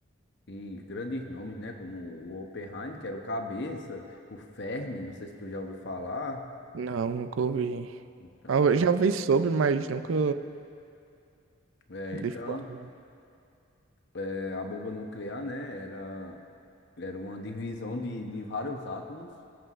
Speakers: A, on the left; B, on the right.
A: E grandes nomes, né? Como o Oppenheimer, que era o cabeça, o Fermi, não sei se tu já ouviu falar.
B: Não, nunca ouvi.
A: Então,
B: Ah, eu
A: mas,
B: Já ouvi sobre, mas nunca
A: é,
B: de
A: então,
B: forma
A: eh, a bomba nuclear, né? Era, era uma divisão de, de vários átomos.